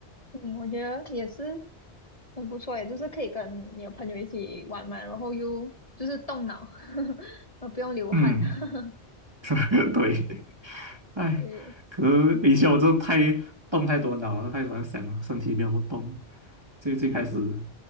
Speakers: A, on the left; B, on the right.
A: 嗯，我觉得也是，很不错诶，就是可以跟你的朋友一起玩嘛，然后又就是动脑，<laughs> 呃，不用流汗，
B: 嗯。
A: <laughs>
B: <laughs> 对，哎，
A: 对
B: 可是以前我就太动太多脑了，太喜欢想了，身体没有不动。最近开始